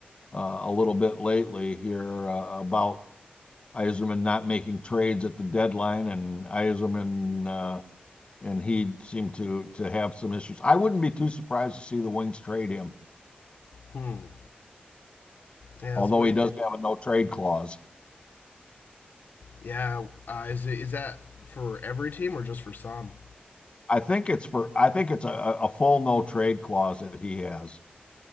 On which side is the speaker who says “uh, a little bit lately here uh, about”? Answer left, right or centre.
Left